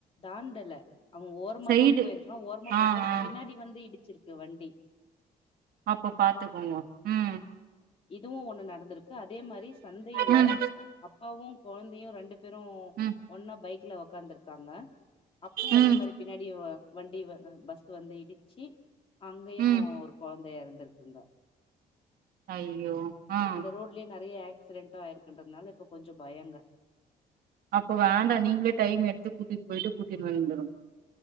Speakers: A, on the left; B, on the right.
A: தாண்டல அவன் ஓரமா
B: சைடு
A: தான் போயிருக்கான் ஓரமா
B: ஆ
A: போகும்போது
B: ஆ
A: பின்னாடி வந்து இடிச்சிருக்கு க்கு வண்டி
B: அப்போ பாத்துக்கோங்கோ உம்
A: இதுவும் ஒண்ணு நடந்துருக்கு அதே மாதிரி சந்தயில
B: ம்
A: அப்பாவும் கொழந்தயும் ரெண்டு பெற
B: ம்
A: ஒன்ன பைக் வீட்டுல உக்காந்துருக்காங்க அப்பயும்
B: ம்
A: அதே மாதிரி பின்னாடி வண்டி வ பஸ் வந்து இடிச்சி அங்கயும்
B: ம்
A: ஒரு குழந்த இறந்திருக்கு
B: அய்யோ ஆஹ்
A: ரோட்லயே நெறைய ஆக்சிடென்டும் ஆயிருக்குன்றதுனால இப்ப கொஞ்சம் பயங்க
B: அப்போ வேண்டாம் நீங்களே டைம் எடுத்து கூட்டிட்டு போயிட்டு கூட்டிட்டு வந்துடனும்